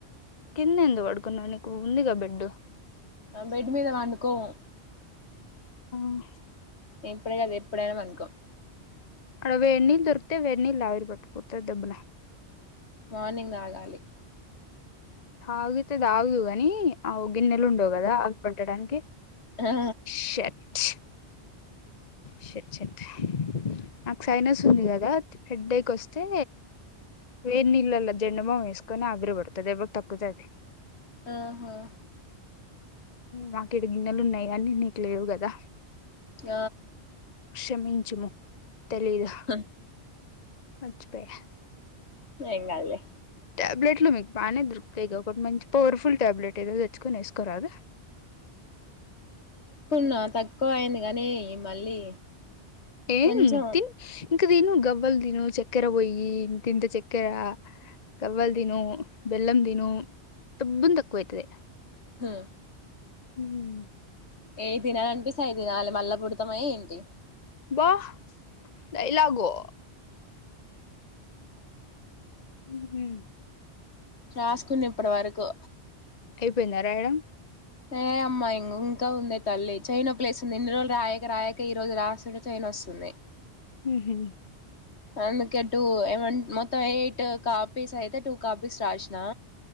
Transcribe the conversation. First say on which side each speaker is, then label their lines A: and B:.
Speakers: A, on the left; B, on the left.
A: కిందెందు పడుకున్న నీకు ఉందిగా బెడ్
B: మేం బెడ్డు మీద పండుకొమ్మ
A: ఉమ్
B: ఎప్పుడే ఎప్పుడేనా పండుకొ
A: ఆడ వేడినీళ్లు దొరికతే వేర్నీల్విర్ బట్టి పోతుతే దబ్న
B: మార్నింగ్ తాగాలి
A: ఆగితద ఆదుగానీ ఆ గిన్నెలు ఉండోదా ఆ పట్టడానికి
B: ఆ
A: షట్ షట్ చెట్ నాకు సైనస్ ఉంది కదా హెడ్డేకోస్తే వేన్ల్ల జెండమామ్ వేస్కొనే ఆగ్రరు బడుతుది బా తక్కుతుది
B: ఆహా
A: నాకిడ గిన్నెలు ఉన్నయి అనీ నీకు లేవు కదా
B: ఇగ
A: క్షమించుము తెలీదు
B: హ
A: వచ్చపోయా
B: ఇంకదులే
A: టాబ్లెట్లు మీకు బానే దొకుతయి ఒకటి మంచి పవర్ఫుల్ ట్యాబ్లెట్ ఏదో తెచ్చుకని వసుకోరాదు
B: నాన్ తక్కువ అయింది కాని మళ్ళీ
A: ఏం
B: కొంచెం
A: తి ఇంకా తిను గబ్బలు తిను చక్కెర పోయి తింత చ క్కెర కవ్వల్ దను బెల్లం దిన డబ్బున్ తక్కువ అయితది
B: ఉమ్
A: ఉమ్
B: ఏ తినాలనిపిస్త అయి తినాలి మళ్ళా పుడతామ ఏంటి
A: వా డైలాగు ఉమ్
B: రాసుకున్న ఇప్పడి వరకు
A: అయిపోయిందరాయడం
B: ఏ అమ్మాయి ఇం ఇంకా ఉందే తల్లి చైనీప్లేస్ంది ఇన్ని రోజులు రాయక రాయక ఈ రోజు రాస్తుంటే చైయి నోస్తుంది
A: ఉహు
B: అందుకే టూ ఏమ మొత్తం ఎయిట్ కాపీస్ అయితే టూ కాపీస్ రాసినా